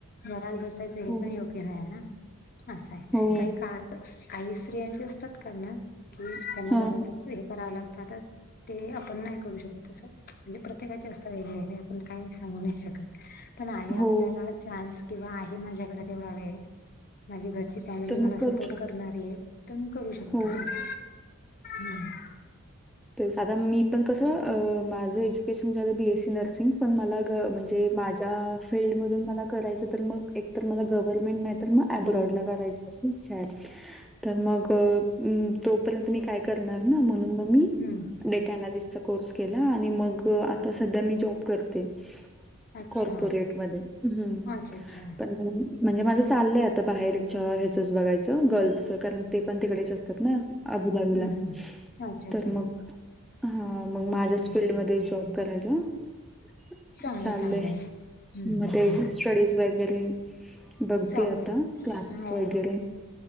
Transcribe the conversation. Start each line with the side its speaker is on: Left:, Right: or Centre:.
Left: घरात बसायचं हे
Centre: हो
Left: पण योग्य नाही ना. असं आहे
Centre: हो
Left: काही का काही स्त्रियांचे असतात कारण, कि त्यांना
Centre: हा
Left: घरातच हे करावं लागतं, आता ते आपण नाही करू शकत तसं म्हणजे प्रत्येकाचे असत वेगवेगळे आपण- काही सांगू नाही शकत पण आहे
Centre: हो
Left: आपल्याला चान्स किंवा आहे माझ्याकडे तेवढा वेळ माझी घरची फॅमिली
Centre: तर
Left: मला
Centre: मग करू
Left: सपोर्ट
Centre: शकतो.
Left: करणारी आहे. तम करू शकतो
Centre: हो,
Left: ह <inaudible>
Centre: तर आता मी पण कसं माझं एज्युकेशन झालं बीएससी नर्सिंग. पण मला गं म्हणजे माझ्या फिल्ड मधून मला करायचं. तर मग एक तर मला गव्हर्नमेंट नाही तर मग अब्रॉडला
Left: हो
Centre: करायची अशी इच्छा आहे. तर मग अ तोपर्यंत मी काय करणार ना म्हणून मग मी,
Left: हम्म
Centre: डेटा अनालिस्टचा कोर्स केला आणि मग आता सध्या मी जॉब करते.
Left: अच्छा
Centre: कॉर्पोरेट मध्ये, हम्म
Left: अच्छा अच्छा
Centre: पण म्हणजे माझं चाललंय आता बाहेरच्या ह्याचच बघायचं गर्ल्फचं कारण, ते पण तिकडेच असतात ना अबुधाबीला
Left: हम्म हम्म अच्छा अच्छा
Centre: तर मग हा मग माझ्याच फीलडमध्येध्ये जॉब करायचा. चाललंय
Left: चांगलं चांगलं हम्म
Centre: मग
Left: हम्म
Centre: ते
Left: हम्म
Centre: स्टडीज वगैरे, बघते
Left: चालू
Centre: आता
Left: आहे
Centre: क्लासेस
Left: हो
Centre: वगैरे.